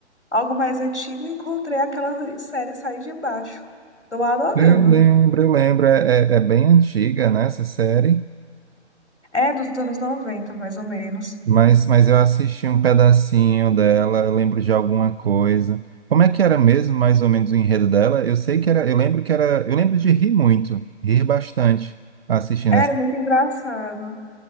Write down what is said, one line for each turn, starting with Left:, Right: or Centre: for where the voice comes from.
Left: algo mais antigo e encontrei aquela série Sai de Baixo. Estou adorando.
Right: Eu lembro, eu lembro, é, é é bem antiga, né, essa série.
Left: É dos anos noventa mais ou menos.
Right: Mas, mas eu assisti um pedacinho dela, eu lembro de alguma coisa. Como é que era mesmo, mais ou menos, o enredo dela? Eu sei que era, eu lembro que era, eu lembro de rir muito, rir bastante assistindo
Left: Era
Right: essa.
Left: muito engraçado.